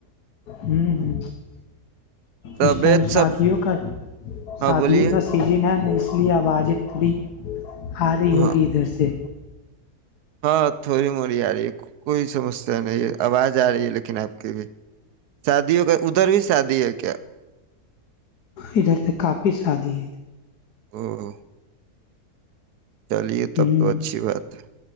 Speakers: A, on the left; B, on the right.
A: ہ ہ
B: طبیعت
A: اس ٹائم شادیوں
B: سب
A: کا
B: ہاں
A: شادیوں
B: بولیے
A: کا سیزن ہے نا اس اصلی آواز ات بھی ہارے
B: ہاں
A: یوگی ادھر سے
B: ہاں تھوڑی موڑی آ رہی ہے کوئی سمسیا نہیں ہے آواز آ رہی ہے لیکن آپ کی بھی شادیوں کا ادھر بھی شادی ہے کیا
A: ادھر تو کافی شادی ہے
B: ہوں چلیے تب
A: ہ
B: تو اچھی بات ہے